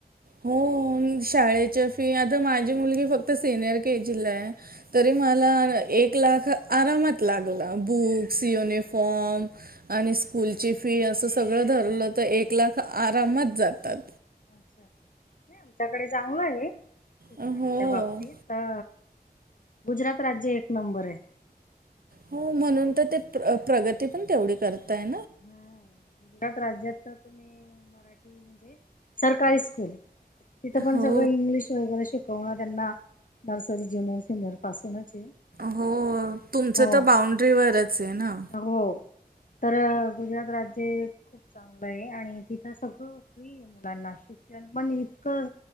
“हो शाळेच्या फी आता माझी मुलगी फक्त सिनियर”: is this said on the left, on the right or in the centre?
Right